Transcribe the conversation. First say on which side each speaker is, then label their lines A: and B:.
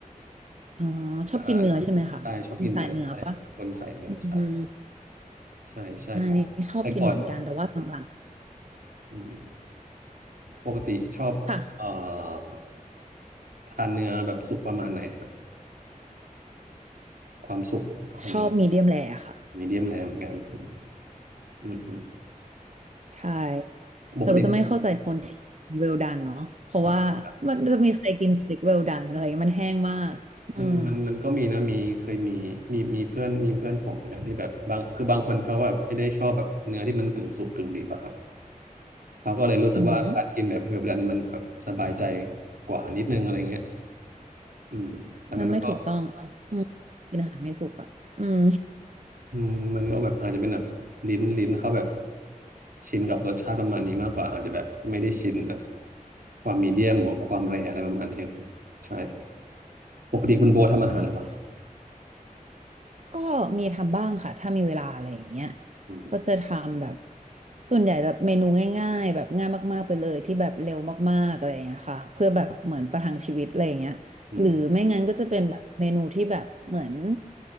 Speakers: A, on the right (about 55°); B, on the right (about 85°).
A: อ๋อ ชอบกินเนื้อใช่ไหมคะเป็นสายเนื้อปะ
B: อาหารใช่ชอบกินเนื้อใช่คนใส่เนื้อใช่
A: อืม
B: ใช่ใช่เพราะแต่ก่อน
A: ใช่นี่ชอบกินเหมือนกัน แต่ว่าหลัง
B: อืม ปกติชอบเอ่อ
A: ๆค่ะ
B: ทานเนื้อแบบสุกประมาณไหนครับความสุกของเนื้อ
A: ชอบมีเดียมแรร์ค่ะ
B: มีเดียมแรเหมือนกันอืมอืม
A: ใช่
B: ปกติ
A: เธอก็จะไม่เข้าใจคนที่เวลดันเนาะเพราะว่า
B: อ่ะ
A: มันจะมีใครกินสเต็กเวลดันอะไรเงี้ยมันแห้งมากอืม
B: มันมันมันก็มีนะมีเคยมีมีมีเพื่อนมีเพื่อนผมเหมือนกันที่แบบบางคือบางคนเขาแบบไม่ได้ชอบแบบเนื้อที่มันกึ่งสุกกึ่งดิบอะครับเขาก็เลยรู้สึกว่าการกินแบบเวลามันแบบสบายใจ
A: อือหือ
B: กว่านิดนึงอะไรเงี้ยอืมแต่มันก็
A: มันไม่ถูกต้องเนาะอืมกินอาหารไม่สุกอ่ะอืม
B: อืมมันก็แบบอาจจะเป็นแบบลิ้นลิ้นเขาแบบชินกับรสชาติประมาณนี้มากกว่าอาจจะแบบไม่ได้ชินแบบความมีเดียมหรือความแรร์อะไรประมาณนี้ใช่ปกติคุณโบทำอาหารหรือเปล่า
A: ใช่ค่ะ ก็มีทำบ้างค่ะถ้ามีเวลาอะไรอย่างเงี้ย
B: อืม
A: ก็จะทำแบบส่วนใหญ่แบบเมนูง่ายๆแบบง่ายมากๆไปเลยที่แบบเร็วมากๆอะไรอย่างเงี้ยค่ะเพื่อแบบเหมือนประทังชีวิตอะไรอย่างเงี้ยหรือไม่งั้นก็จะเป็นแบบเมนูที่แบบเหมือน
B: อืม